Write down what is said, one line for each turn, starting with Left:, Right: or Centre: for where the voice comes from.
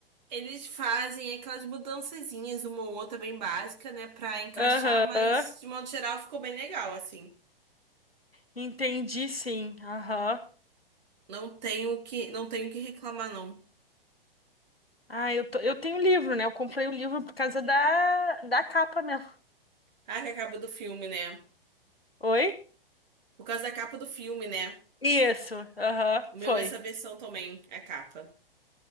Right: Eles fazem aquelas mudançazinhas, uma ou outra bem básica, né, pra encaixar,
Left: Aham.
Right: mas de modo geral ficou bem legal, assim.
Left: Entendi, sim. Aham.
Right: Não tenho o que, não tenho o que reclamar não.
Left: Ah, eu, tô- eu tenho livro, né? Eu comprei o livro por causa da, da capa mesmo.
Right: Ah, que é a capa do filme, né?
Left: Oi?
Right: Por causa da capa do filme, né?
Left: Isso, aham,
Right: O meu
Left: foi.
Right: é essa versão também, a capa.